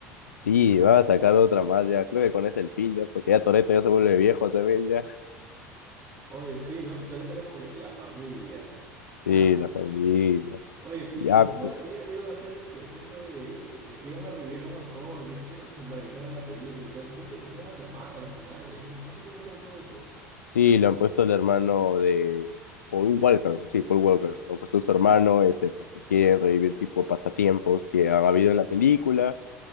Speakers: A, on the left (about 85°); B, on the right (about 40°).
A: Sí, va a sacar otra más ya. Creo que con ese el fin ya, porque ya Toretto ya se vuelve viejo también ya.
B: Oye, sí, ¿no? Pero Ahorita era como que la familia.
A: Sí,
B: <laughs>
A: la familia.
B: Oye, ¿y,
A: Ya,
B: y cómo
A: pues.
B: i- iban a hacer este, eso de, de que iban a revivir a un actor, ¿viste? O sea, para que salga en la película y todo eso. Creo que pusieron a su hermana a las finales, ¿no? No sé cómo hicieron todo eso.
A: Sí, le han puesto el hermano de Paul Walker, sí, Paul Walker, lo han puesto a su hermano, este, porque quieren revivir tipo pasatiempos que han habido en la película.